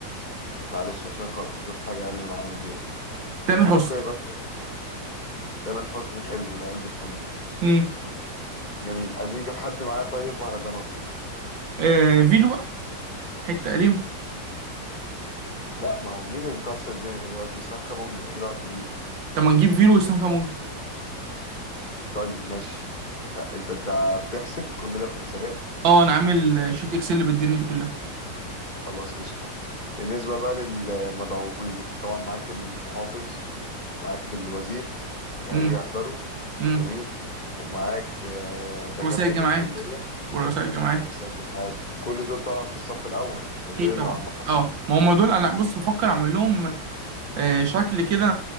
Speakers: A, on the left (about 35°); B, on the right (about 85°).
A: معلش عشان خاطر شوف حاجه اقل من عمرو دياب
B: تامر
A: خليك
B: حسني
A: واقعي بقى شويه تامر حسني حلو والعيال بتحبه
B: امم
A: جميل عايزين نجيب حد معاه طيب مهرجانات
B: آه فيلو بقى حتة قديمة
A: لا ما هو مين اللي مكسر الدنيا دلوقتي اسلام كابونجا ايه رايك نجيبه
B: طب ما نجيب فيلو وسام كامونج
A: طيب ماشي أه، انت انت بتحسب كل ده في الحسابات
B: اه انا عامل آه، شيت اكسل بالدنيا دي كلها
A: خلاص قشطه بالنسبه بقى للمدعوين انت طبعا معاك المحافظ ومعاك الوزير هيجي
B: امم
A: يحضروا
B: امم
A: جميل ومعاك آه، دكاتره
B: رؤساء الجامعات
A: الكليه
B: ورؤساء الجامعات
A: رئاسي الجامعات كل دول طبعا في الصف الاول غير
B: اكيد
A: اللي
B: طبعا
A: عم مصر
B: اه ما هم دول انا بص بفكر اعمل لهم آه، شكل كده